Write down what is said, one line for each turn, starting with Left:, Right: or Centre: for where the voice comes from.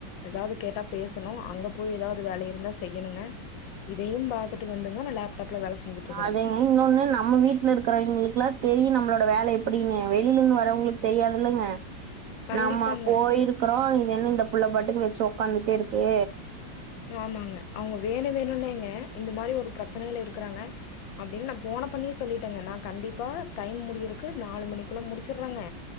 Left: எதாவது கேட்டா பேசணோ அங்க போய் எதாவது வேலை இருந்தா செய்யணோங்க இதையு பாத்துட்டு வந்துங்க நா லேப்டாப்ல வேல செஞ்சுட்டு இருக்கறே
Right: ஆதெங் இன்னொன்னு நம்ம வீட்ல இருக்கிறவயங்களுக்லா தெரியு நம்மளோட வேல எப்டினு வெளில இருந்து வரவங்குளுக்கு தெரியாது இல்லங்க
Left: கண்டிப்பாங்க
Right: நம்ம போயிருக்கறோ இது என்ன இந்த புள்ள பாட்டுக்கு வெச்சு ஒக்காந்துட்டே இருக்கே
Left: ஆமாங்க அவங்க வேணு வேணுனேங்க இந்த மாரி ஒரு பிரச்சனைையில இருக்குறாங்க அப்டீன்னு நா போன பண்ணியே சொல்லிட்டேங்க நா கண்டிப்பா டைம் முடியிருக்கு நாலு மணிக்குள்ள முடிச்சுடுறேங்க